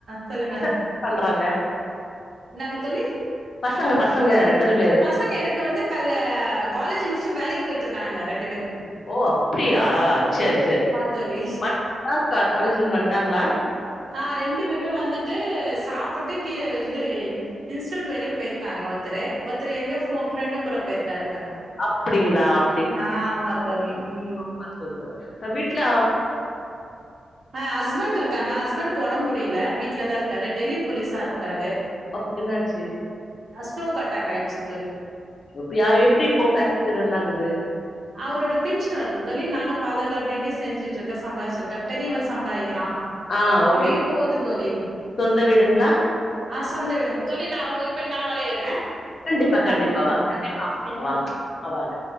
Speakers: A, on the right; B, on the left.
A: சொல்லுங்க
B: பசங்க என்ன பண்றாங்க
A: என்னாங்க தோழி
B: பசங்க பசங்க எத்தன பேரு
A: பசங்க எனக்கு வந்து கல்லே காலேஜ் மிஸ்டு வேலைக் போய்ட்ருக்காணுங்க ரெண்டு பேரு
B: ஓ அப்டியா செரி செரி
A: தோழி.
B: வன்டாங்ளா காலேஜ் இருந்து வன்டாங்ளா
A: ஆ ரெண்டு பேருமே வந்துட்டு சாப்புட்டு கீழ இது இன்ஸ்டியூட் வரையு போயிருக்காங்க ஒத்தரு ஒத்தரு எங்கோ ஃபோ ஃப்ரண்டு கூட போயிருக் தருக
B: அப்டிங்களா அப்டி
A: நா ஆமா தோழி ம்
B: சூப்பர் சூப்பர் இப்ப வீட்டுல
A: அ ஹஸ்பண்ட் இருக்காங்க ஹஸ்பண்ட்கு ஒடம்பு முடில வீ்ட்ல தா இருக் காரு டெல்லி போலீஸா இருக்காரு
B: அவருக்கு என்னாச்சு
A: அ ஸ்டோக் அட்டாக் ஆயிச்சி இப்ப வீட்
B: அப்டியா எப்டி இப்போ பேம்லி ரன் ஆகுது
A: அவரோட பின்ஷன் வருது தோழி நானுமபார்லர்ல அப்டி இப்டி செஞ்சிட்ருக்க சம்பாதிசிக்க பெரியவ சம்பாறிக்றா
B: ஆ ஓகே
A: அப்டியே போது தோழி
B: சொந்த வீடுங்களா
A: ஆ சொந்த வீடுங்க தோழி நா ஒ இப்ப நா வற இருங்க
B: கண்டிப்பா கண்டிப்பா
A: நம்மளுக்கு
B: வா
A: ஆ
B: கண்டிப்பா வாங்க
A: ஓகேங்களா?
B: வாங்க அ வாங்க